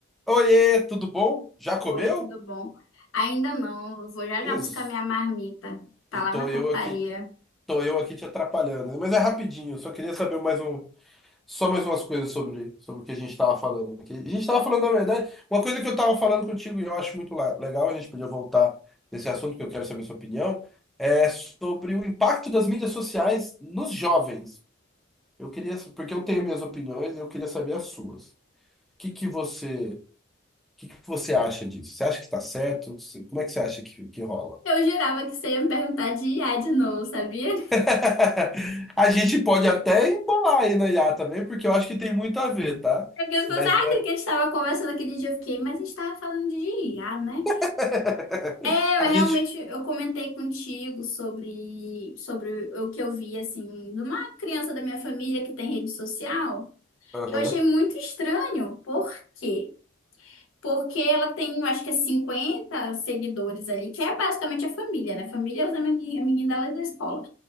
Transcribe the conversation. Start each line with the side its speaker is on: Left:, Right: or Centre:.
Centre: Oiê, tudo bom? Já comeu?
Left: Oi, tudo bom? Ainda não, eu vou já
Centre: Jesus.
Left: já buscar minha marmita. Tá
Centre: E
Left: lá
Centre: tô
Left: na
Centre: eu
Left: portaria.
Centre: aqui, tô eu aqui te atrapalhando, né? Mas é rapidinho, eu só queria saber mais um, só mais umas coisas sobre, sobre o que a gente tava falando. aqui. A gente tava falando, na verdade, uma coisa que eu tava falando contigo e eu acho muito la- legal, a gente podia voltar nesse assunto que eu quero saber sua opinião, é sobre o impacto das mídias sociais nos jovens. Eu queria, porque eu tenho minhas opiniões, eu queria saber as suas. O que que você, o que que você acha disso? Você acha que tá certo? Você- Como é que você acha que, que rola?
Left: Eu jurava que você ia me perguntar de IA de novo, sabia?
Centre: <laughs> A gente pode até embolar aí na IA também, porque eu acho que tem muito a ver, tá?
Left: É que as pessoas,
Centre: Mas
Left: ah,
Centre: é.
Left: aquele que a gente estava conversando aquele dia, eu fiquei, mas a gente estava falando de IA, né?
Centre: <laughs>
Left: É, mas
Centre: A
Left: realmente
Centre: gente.
Left: eu comentei contigo sobre, sobre o que eu vi, assim, de uma criança da minha família que tem rede social.
Centre: Aham,
Left: Eu achei muito estranho, porque Porque ela tem, eu acho que é 50 seguidores ali, que é basicamente a família, né? Família é os amigui- amiguinhos dela da escola.